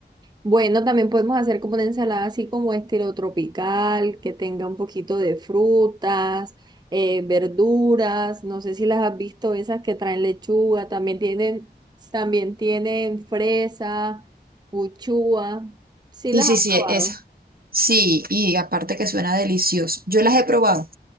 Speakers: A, on the right (about 25°); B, on the right (about 55°).
A: Bueno, también podemos hacer como una ensalada así como estilo tropical, que tenga un poquito de frutas, eh, verduras, no sé si las has visto, esas que traen lechuga, también tienen, también tienen fresa, uchúa, sí
B: Sí,
A: las
B: sí,
A: has
B: sí,
A: probado,
B: esa. Sí, y aparte que suena delicioso. Yo las he probado.